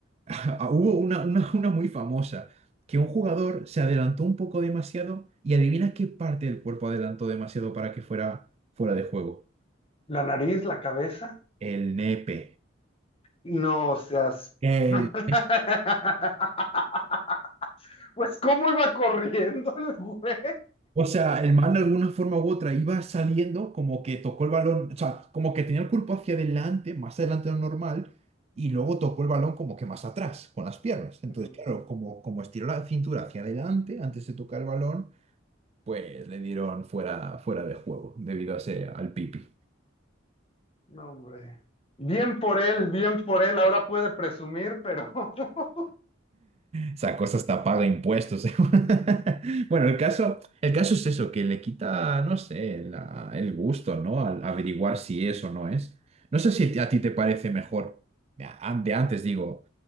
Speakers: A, on the right; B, on the left.
A: <laughs> Hubo una, una, una muy famosa, que un jugador se adelantó un poco demasiado y adivina qué parte del cuerpo adelantó demasiado para que fuera fuera de juego.
B: La nariz, la cabeza,
A: El nepe.
B: no seas...
A: El
B: <laughs> Pues cómo iba corriendo el güey.
A: O sea, el man de alguna forma u otra iba saliendo como que tocó el balón, o sea, como que tenía el cuerpo hacia adelante, más adelante de lo normal, y luego tocó el balón como que más atrás, con las piernas. Entonces,
B: Ujú.
A: claro, como, como estiró la cintura hacia adelante antes de tocar el balón, pues le dieron fuera, fuera de juego debido a ese, al pipi.
B: No, hombre. Bien por él, bien por él, ahora puede presumir, pero... <laughs>
A: Esa cosa hasta paga impuestos. <laughs> Bueno, el caso, el caso es eso, que le quita, no sé, la- el gusto, ¿no? Al averiguar si es o no es. No sé si a ti te parece mejor, a- de antes digo,